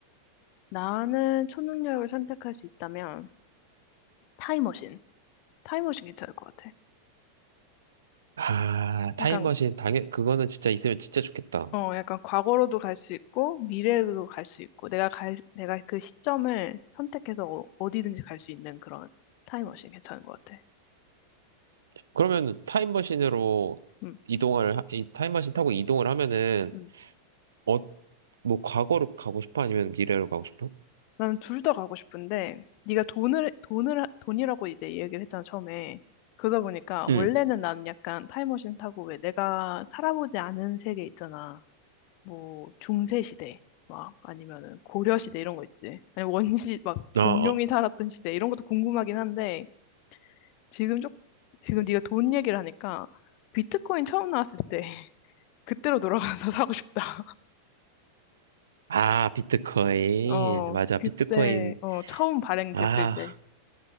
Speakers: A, on the left (about 45°); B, on the right (about 65°).
A: 나는 초능력을 선택할 수 있다면 타임머신. 타임머신 괜찮을 것 같아.
B: 아, 타임머신,
A: 약간,
B: 당연, 그거는 진짜 있으면 진짜 좋겠다.
A: 어, 약간 과거로도 갈 수 있고, 미래로도 갈 수 있고, 내가 갈, 내가 그 시점을 선택해서 어- 어디든지 갈 수 있는 그런 타임머신 괜찮은 것 같아.
B: 그러면 타임머신으로
A: 음.
B: 이동을, 하- 이 타임머신 타고 이동을 하면은,
A: 음.
B: 어, 뭐, 과거로 가고 싶어? 아니면 미래로 가고 싶어?
A: 나는 둘 다 가고 싶은데 네가 돈을 돈을 돈이라고 이제 얘기를 했잖아 처음에. 그러다 보니까 원래는
B: 응,
A: 나는 약간 타임머신 타고 왜 내가 살아보지 않은 세계 있잖아. 뭐 중세 시대 막 아니면은 고려 시대 이런 거 있지. 아니 원시 막
B: 어,
A: 공룡이
B: 어.
A: 살았던 시대 이런 것도 궁금하긴 한데 지금 쪽 지금 네가 돈 얘기를 하니까 비트코인 처음 나왔을 때 <laughs> 그때로 돌아가서 사고 싶다.
B: 아, 비트코인.
A: 어
B: 맞아,
A: 그때
B: 비트코인.
A: 어 처음 발행됐을
B: 아,
A: 때.